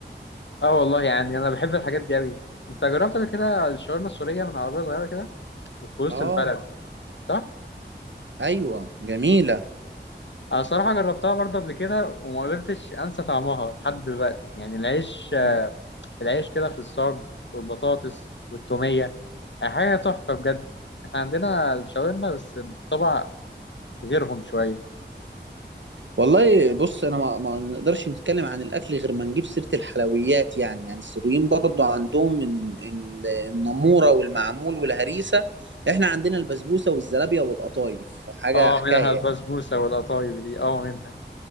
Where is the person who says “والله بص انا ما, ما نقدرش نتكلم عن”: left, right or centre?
Right